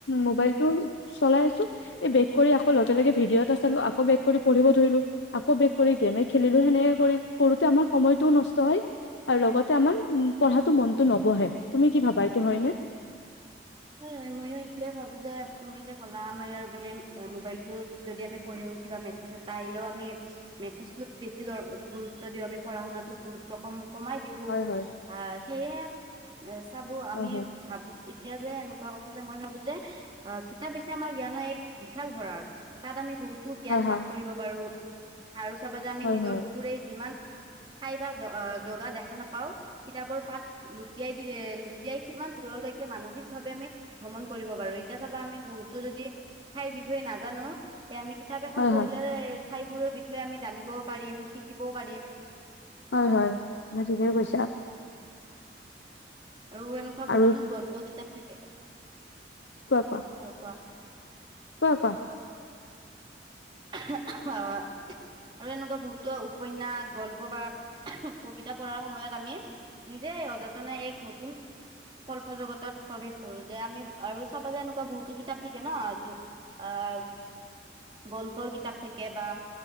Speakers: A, on the left; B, on the right.
A: মবাইলটো চলাই আছো বেগ কৰি আকৌ লগেলগে ভিডিঅ' এটা চালো, আকৌ বেক কৰি পঢ়িব ধৰিলো, আকৌ বেক কৰি গেমে খেলিলো সেনে কৰি কৰোতে আমাৰ সময়তটোও নষ্ট হয়। আৰু লগতে আমাৰ উম পঢ়াটো মনতো নবহে, তুমি কি ভাবা এইটো হয় নে?
B: হয় হয় ময়ো এইটয়ে ভাবো যে তুমি যে ক'লা আমাৰ ইয়াৰ মানে মোবাইলটোত যদি আমি পঢ়ি থাকোঁ কিবা মেছেজ এটা আহিলেও আমি মেচেজটোত বেছি দ গুৰুত্ব দিও আমি পঢ়া - শুনা টোত গুৰুত্ব কম কমাই দিও ও
A: হয় হয়
B: আহ সেয়ে চাব আমি
A: হয় হয়
B: ভাবি এতিয়া যে এনেকুৱা কথা যে, মই ভাবো যে অ কিতাপ হৈছে, আমাৰ জ্ঞানৰ এক বিশাল ভঁৰাল তাত আমি বহুত তো জ্ঞান
A: হয় হয়
B: লাভ কৰিব পাৰো আৰু চাবা যে আমি
A: হয়
B: নিজৰ
A: হয়
B: চকুৰে যিমান খাই বা জ জগা দেখা নাপাওঁ কিতাপৰ পাত লুটিয়াই দি এ লুটিয়াই সিমান দূৰলৈকে মানসিক ভাৱে আমি ভ্ৰমণ কৰিব পাৰো। এতিয়া চাবা আমি বহুতো যদি ঠাইৰ বিষয়ে নাজানো এতিয়া আমি কিতাপ এখন
A: হয়
B: পঢ়িলে,
A: হয়
B: ঠাইবোৰৰ বিষয়ে আমি জানিব পাৰিম, শিকিবও পাৰিম।
A: হয় হয় তুমি ঠিকে কৈছা।
B: আৰু এনেকুৱা বহুতো
A: আৰু
B: গল্প কিতাপ থাকে।
A: কোৱা কোৱা
B: অ কোৱা
A: কোৱা কোৱা।
B: <unintelligible> আৰু এনেকুৱা বহুতো উপন্যাস, গল্প বা কবিতা পঢ়াৰ সময়ত আমি নিজে সযতনে এক নতুন কল্প জগতত প্ৰৱেশ কৰো যে, আমি আৰু চাবা যে এনেকুৱা বহুতো কিতাপ থাকে ন আহ গল ল্প কিতাপ থাকে বা